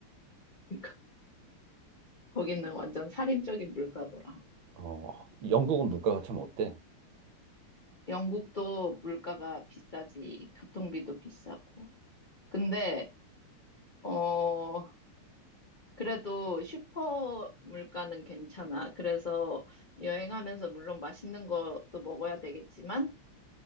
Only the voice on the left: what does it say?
그러니까 거기는 완전 살인적인 물가더라.
영국도 물가가 비싸지, 교통비도 비싸고. 근데 어 그래도 슈퍼 물가는 괜찮아. 그래서 여행하면서 물론 맛있는 것도 먹어야 되겠지만